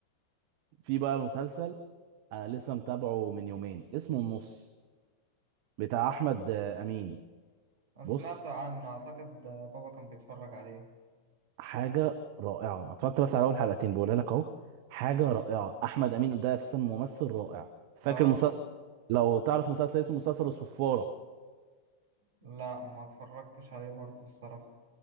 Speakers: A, on the right; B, on the right.
A: في بقى مسلسل انا لسه متابعه من يومين اسمه النص بتاع احمد امين
B: سمعت
A: بص
B: عنه اعتقد بابا كان بيتفرج عليه
A: حاجه رائعه انا اتفرجت بس على اول حلقتين بقولها لك اهو حاجه رائعه احمد امين ده اساسا ممثل رائع فاكر
B: اه
A: مسلسل لو تعرف مسلسل اسمه مسلسل الصفاره
B: لا ما اتفرجتش عليه برضه الصراحة